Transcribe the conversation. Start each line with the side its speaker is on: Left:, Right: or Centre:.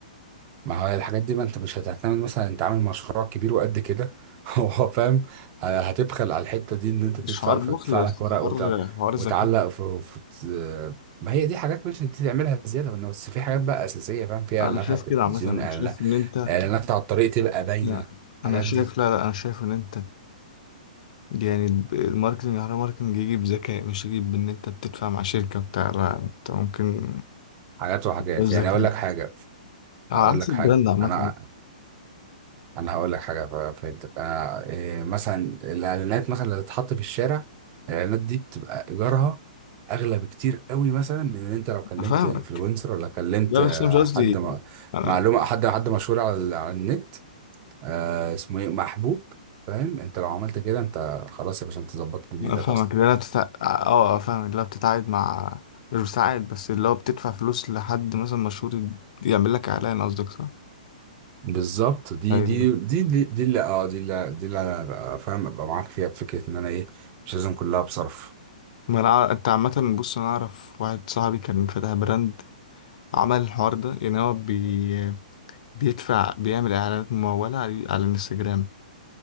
Right: ما هو الحاجات دي ما انت مش هتعتمد مثلا انت عامل مشروع كبير وقد كده <laughs> هو فاهم هتبخل على الحتة دي ان انت
Left: مش
Right: تدفع
Left: حوار بخل
Right: فتدفع
Left: بس
Right: لك ورق
Left: حوار
Right: وت...
Left: حوار ذكاء
Right: وتعلق في... في... ما هي دي حاجات مش انت تعملها زيادة منه. بس في حاجات بقى أساسية فاهم فيها
Left: انا
Right: إعلانات
Left: شايف
Right: على التلفزيون
Left: كده عامه انا
Right: إعلانات
Left: شايف ان انت
Right: إعلانات على الطريق تبقى باينة
Left: لا انا
Right: الحاجات
Left: شايف
Right: دي
Left: لا لا انا شايف ان انت يعني الب- الماركتنج على ماركتنج يجي بذكاء مش يجي بان انت بتدفع مع شركة بتاع لا انت ممكن
Right: حاجات وحاجات
Left: بذكاء
Right: يعني أقول لك حاجة
Left: على
Right: أقول
Left: حسب
Right: لك حاجة
Left: البراند عامة
Right: أنا انا هقول لك حاجه ف- فهمتك انا إيه مثلا الاعلانات مثلا اللي تتحط في الشارع الاعلانات دي بتبقى ايجارها اغلى بكتير قوي مثلا من ان انت لو كلمت
Left: انا فاهمك
Right: انفلونسر ولا كلمت
Left: لا
Right: آه،
Left: بس انا مش قصدي
Right: حد م-
Left: انا
Right: معلومه حد حد مشهور على ال- على النت آه اسمه ايه محبوب فاهم انت لو عملت كده انت خلاص يا باشا انت ظبطت دنيتك
Left: انا فاهمك
Right: اصلا
Left: لا بتتع... اه آه، فاهمك لا بتتعاقد مع مش بتتعاقد بس اللي هو بتدفع فلوس لحد مثلا مشهور يعمل لك اعلان قصدك صح؟
Right: بالظبط دي
Left: ايوه
Right: دي دي دي, دي اللي اه دي اللي دي اللي انا بقى فاهم ابقى معاك فيها بفكره ان انا ايه مش لازم كلها بصرف
Left: ما انا أع- انت عامة بص انا اعرف واحد صاحبي كان فاتح براند عمل الحوار ده يعني هو بي بيدفع بيعمل اعلانات ممولة على على الانستجرام